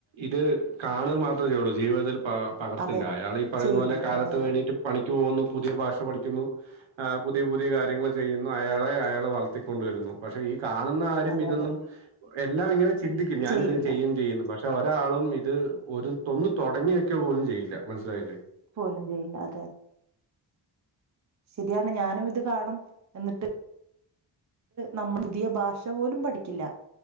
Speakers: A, on the right; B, on the right.
A: ഇത് കാണുക മാത് ള്ളൂ ജീവിതത്തിൽ പകർത്തില്ല
B: അതെ
A: അയാള് ഈ പറയുന്ന
B: ചെയ്യില്ല
A: പോലെ കാലത്ത്
B: അതെ
A: എണീറ്റ്
B: അതെ
A: വേണ്ടിയിട്ട് പണിക്ക് പോകുന്നു. പുതിയ ഭാഷ പഠിക്കുന്നു ആ പുതിയ പുതിയ കാര്യങ്ങൾ ചെയ്യുന്നു അയാളെ യാൾ വളർത്തിക്കൊണ്ടു വരുന്നു പക്ഷേ ഈ കാണുന്ന ആരും
B: അതെ
A: ഇതൊന്നും
B: അതെ
A: എല്ലാം ഇങ്ങനെ ചിന്തിക്കും ഞാനിത്
B: ചെയ്യില്ല
A: ചെയ്യും ചെയ്യുന്ന് പക്ഷെ പെ ഒരാളും ഇത് ഒരു തൊന്നു തുടങ്ങി വെക്കാ പോലും ചെയ്യില്ല മനസ്സിലായില്ലേ.
B: പോലും ചെയ്യില്ല അതെ. ശരിയാണ് ഞാനും ഇത് കാണും എന്നിട്ട് നമ്മൾ പുതിയ ഭാഷ പോലും പഠിക്കില്ല